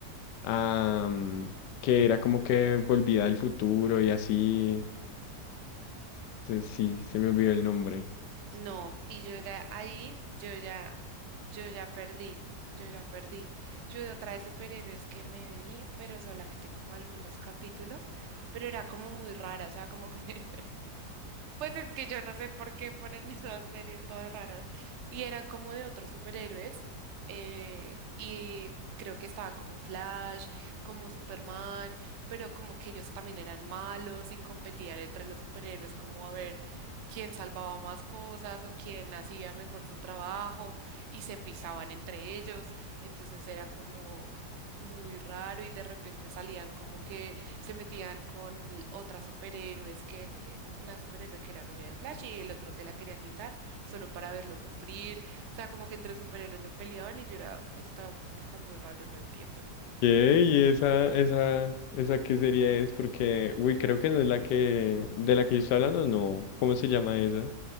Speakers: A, on the left (about 85°); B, on the right (about 55°).
A: Ah, mm, que era como que volvía del futuro y así. se- Sí, se me olvidó el nombre.
B: no, y yo ya ahí, yo ya Yo ya perdí, yo ya perdí. Yo de otra de superhéroes que me vi, pero solamente como algunos capítulos, pero era como muy rara, o sea, como que <laughs> Pues es que yo no sé por qué ponen <laughs> esas series todas raras. Y eran como de otros superhéroes. eh, y creo que estaba como Flash, como Superman, pero como que ellos también eran malos y competían entre los superhéroes, como a ver quién salvaba más cosas o quién hacía mejor su trabajo y se pisaban entre ellos. Entonces era como muy raro y de repente salían como que se metían con otras superhéroes que, no sé, una superhéroe que era novia de Flash y el otro se la quería quitar solo para verlo sufrir. O sea, como que entre superhéroes se peleaban y yo era, está, está muy raro, no entiendo.
A: ¿Qué? ¿Y esa, esa, esa qué serie es? Porque, uy, creo que no es la que, de la que yo estoy hablando, no. ¿Cómo se llama esa?